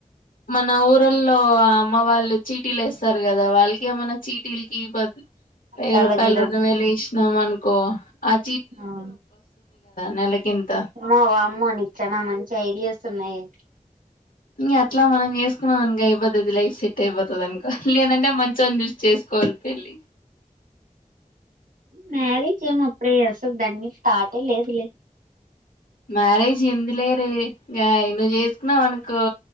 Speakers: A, on the left (about 80°); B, on the right (about 85°).
A: మన ఊరిలో అమ్మ వాళ్ళు చీటీలు వేస్తారు కదా. వాళ్ళకి ఏమన్నా చీటీలకి పది వెయ్యి
B: తలకి
A: రూపాయలు రెండు వేలు ఇసినాం అనుకు కో.. అమ్
B: ఆమ్
A: నెలకింత
B: వావ్ అమ్మ నీకు చాన మంచి ఐడియాస్ ఉన్నాయే.
A: ఇగ అట్లా మనం చేసుకున్నం అనుకో అయిపోతది లైఫ్ సెట్ అయిపోతదనుకో, లేదంటే మంచోన్ని చూసి చేసుకోవాలి పెళ్ళి.
B: మ్యాగీ చెఏం అప్పుడే చేస్త దాన్ని స్టార్టే లేదు లే
A: మ్యారేజ్ ఎందు లేరే మ్యా నువ్వు చేసుకున్నావనుకో,